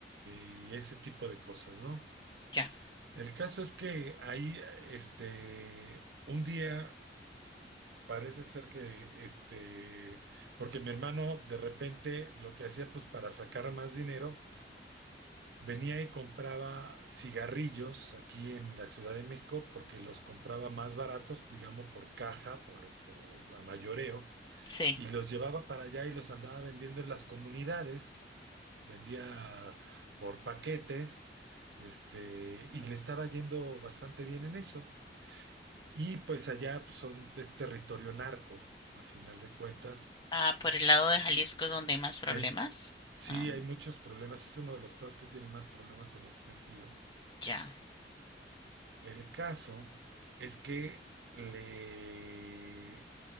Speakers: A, on the right; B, on the left.
A: y ese tipo de cosas, ¿no?
B: ya,
A: El caso es que ahí, este, un día parece ser que, este, porque mi hermano de repente lo que hacía, pues para sacar más dinero, venía y compraba cigarrillos aquí en la Ciudad de México porque los compraba más baratos, digamos, por caja, por, por a mayoreo
B: sí.
A: y los llevaba para allá y los andaba vendiendo en las comunidades, vendía por paquetes, este, y le estaba yendo bastante bien en eso. Y pues allá pues, son, es territorio narco, a final de cuentas.
B: Ah, por el lado de Jalisco es donde hay más
A: Sí,
B: problemas.
A: sí,
B: Ah,
A: hay muchos problemas. Es uno de los estados que tiene más problemas en ese sentido.
B: ya.
A: El caso es que le,